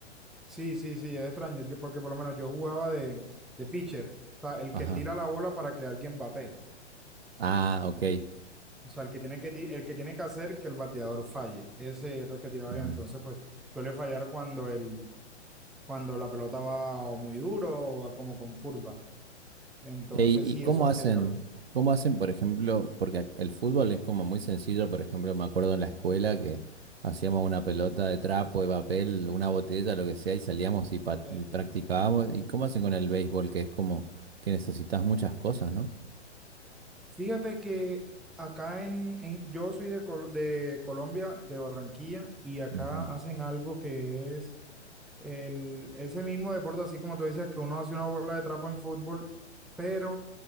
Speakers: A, in the centre; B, on the right.
A: sí, sí, sí, es extraño, yo porque por lo menos yo jugaba de, de pitcher, o sea, el
B: Ajá.
A: que tira la bola para que alguien bate.
B: Ah, ok.
A: O sea, el que tiene que, ti- el que tiene que hacer que el bateador falle. Ese es el que tiraba
B: Ujú.
A: yo. Entonces, pues suele fallar cuando el, cuando la pelota va o muy duro o va como con curva. Entonces,
B: Ey, ¿y
A: sí,
B: cómo
A: eso hacía
B: hacen?
A: yo.
B: ¿Cómo hacen, por ejemplo? Porque ac- el fútbol es como muy sencillo, por ejemplo, me acuerdo en la escuela que hacíamos una pelota de trapo, de papel, una botella, lo que sea, y salíamos y, pa-
A: Ok.
B: y practicábamos. ¿Y cómo hacen con el béisbol? Que es como que necesitas muchas cosas, ¿no?
A: Fíjate que acá en, en- yo soy de, Col- de Colombia, de Barranquilla, y acá
B: Ujú.
A: hacen algo que es el, ese mismo deporte, así como tú decías, que uno hace una bola de trapo en fútbol, pero